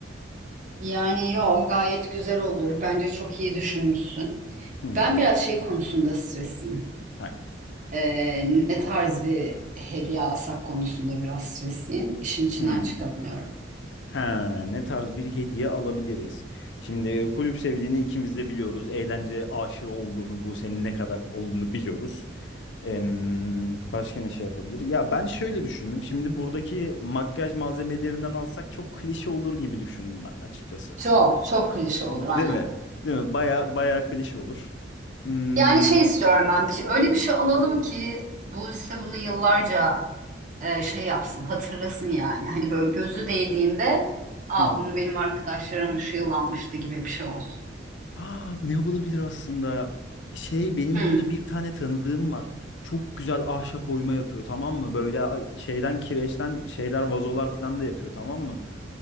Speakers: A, on the right; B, on the left.
A: Yani yo gayet güzel olur. Bence çok iyi düşünmüşsün.
B: Hı hı.
A: Ben biraz şey konusunda stresliyim.
B: Hayır.
A: Ee, ne tarz bir hediye alsak konusunda biraz stresliyim. İşin içinden
B: Hı.
A: çıkamıyorum.
B: Ha, ne tarz bir hediye alabiliriz? Şimdi e, kulüp sevdiğini ikimiz de biliyoruz. Eğlence aşığı olduğunu, bu senin ne kadar olduğunu biliyoruz. Em, başka ne şey yapabiliriz? Ya ben şöyle düşündüm. Şimdi buradaki makyaj malzemelerinden alsak çok klişe olur gibi düşündüm ben açıkçası.
A: Çok çok klişe
B: Değil
A: olur aynen.
B: mi? Değil mi? Baya baya klişe olur. Hmm,
A: Yani şey istiyorum ben. Bir, şey, öyle bir şey alalım ki bu ise bunu yıllarca e, şey yapsın, hatırlasın yani. Hani böyle gözü değdiğinde, aa
B: <laughs>
A: bunu benim arkadaşlarım şu yıl almıştı gibi bir şey olsun.
B: Ah, ne olabilir aslında? Şey benim
A: Hı,
B: burada bir tane tanıdığım var. Çok güzel ahşap oyma yapıyor tamam mı? Böyle ay- şeyden kireçten şeyler vazolar falan da yapıyor tamam mı?